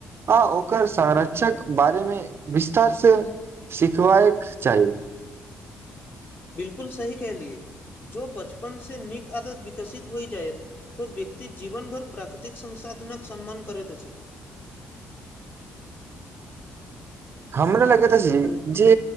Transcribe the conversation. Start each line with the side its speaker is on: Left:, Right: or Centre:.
Right: आ ओकर संरक्षक बारे मे विस्तार से सिखबायक चाही
Left: बिलकुल सही कहलियए जो बचपन से नीक आदत विकसित होइ जायत तो व्यक्ति जीवनभर प्राकृतिक संसाधनक सम्मान करैत अछि
Right: हमरा लगैत अछि
Left: हल-
Right: जे